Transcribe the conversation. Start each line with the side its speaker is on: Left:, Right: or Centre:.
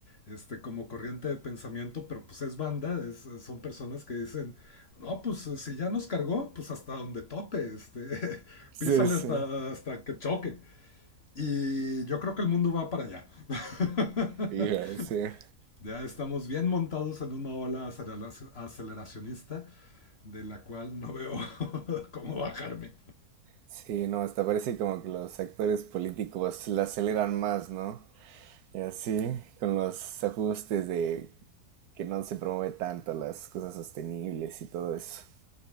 Left: este, como corriente de pensamiento, pero pues es banda, es- son personas que dicen, no, pues si ya nos cargó, pues hasta donde tope, este, <laughs>
Right: Sí,
Left: písale
Right: sí.
Left: hasta, hasta que choque. Y yo creo que el mundo va para allá. <laughs>
Right: Hija, sí.
Left: Ya estamos bien montados en una ola acelerac- aceleracionista de la cual no veo <laughs> cómo bajarme.
Right: Sí, no, hasta parece como que los actores políticos la aceleran más, ¿no? Y así, con los ajustes de que no se promueve tanto las cosas sostenibles y todo eso.